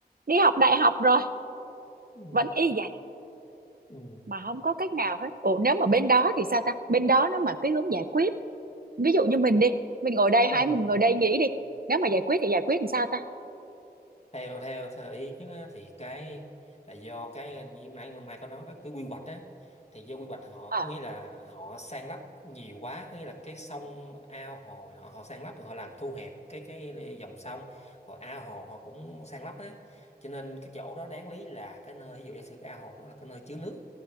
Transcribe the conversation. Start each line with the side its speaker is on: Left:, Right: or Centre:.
Right: đi học đại học rồi
Left: ừ.
Right: vẫn y vậy
Left: Ừ.
Right: mà không có cách nào hết ủa nếu mà bên đó thì sao ta bên đó nó mà cái hướng giải quyết ví dụ như mình đi mình ngồi đây hai
Left: Ừ.
Right: mình ngồi đây nghĩ đi nếu mà giải quyết thì giải quyết làm sao ta
Left: theo theo theo ý chứ á, thì cái là do cái như lúc nãy Mai có nói cái, cái quy hoạch á thì do quy hoạch họ
Right: ờ
Left: có nghĩa là họ san lấp nhiều quá có nghĩa là cái sông ao hồ này nọ họ san lấp rồi họ làm thu hẹp cái cái dòng sông rồi ao hồ họ cũng san lấp á cho nên cái chỗ đó đáng lý là cái nơi ví dụ giả sử cái ao hồ nó là cái nơi chứa nước